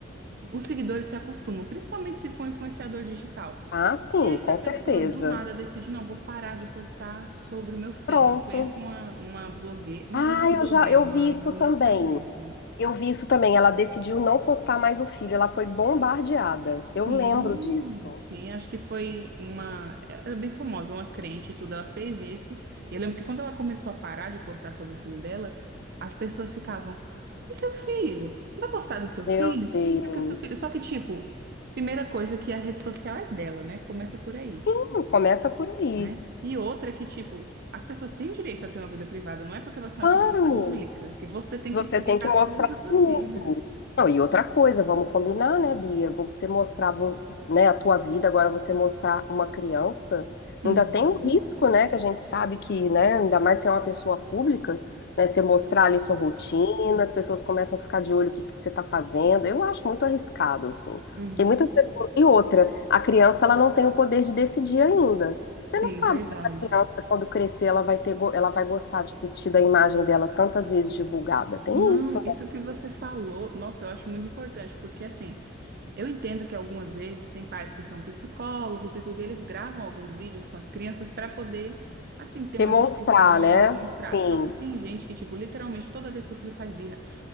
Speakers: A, on the right (about 55°); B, on the left (about 60°).
A: os seguidores se acostumam, principalmente se for um influenciador digital.
B: Ah, sim,
A: E aí, se
B: com
A: a pessoa
B: certeza.
A: do nada decide, não, vou parar de postar sobre o meu filho.
B: Pronto.
A: Eu conheço uma, uma blogueira, uma,
B: Ah,
A: uma blogueira,
B: eu já, eu
A: uma,
B: vi isso
A: uma menina
B: também.
A: que faz isso,
B: Eu vi isso também. Ela decidiu não postar mais o filho, ela foi bombardeada. Eu
A: Sim,
B: lembro disso.
A: sim, acho que foi uma. Era bem famosa, uma crente e tudo. Ela fez isso. E eu lembro que quando ela começou a parar de postar sobre o filho dela, as pessoas ficavam: E o seu filho? Não vai postar do seu
B: Meu
A: filho?
B: Deus.
A: É que o seu filho. Só que, tipo, primeira coisa que a rede social é dela, né? Começa por aí,
B: Sim, começa por aí.
A: né? E outra é que, tipo, as pessoas têm direito a ter uma vida privada. Não é porque você
B: Claro.
A: é uma figura pública que você tem
B: Você
A: que publicar
B: tem que mostrar
A: tudo da sua
B: tudo.
A: vida.
B: Não, e outra coisa, vamos combinar, né, Bia? Você mostrar, vo- né, a tua vida, agora você mostrar uma criança,
A: Uhum.
B: ainda tem um risco, né, que a gente sabe que, né, ainda mais se é uma pessoa pública, né, você mostrar ali sua rotina, as pessoas começam a ficar de olho o que que você tá fazendo. Eu acho muito arriscado, assim.
A: Uhum.
B: Tem muitas pessoas. E outra, a criança, ela não tem o poder de decidir ainda.
A: Sim,
B: Você não sabe
A: verdade.
B: se essa criança, quando crescer, ela vai ter, go- ela vai gostar de ter tido a imagem dela tantas vezes divulgada. Tem
A: Não,
B: isso.
A: isso que você falou, nossa, eu acho muito importante, porque assim, eu entendo que algumas vezes tem pais que são psicólogos e tudo, e eles gravam alguns vídeos com as crianças para poder, assim, ter
B: Demonstrar,
A: uma discussão,
B: né?
A: demonstrar.
B: Sim.
A: Só que tem gente que, tipo, literalmente toda vez que o filho faz birra,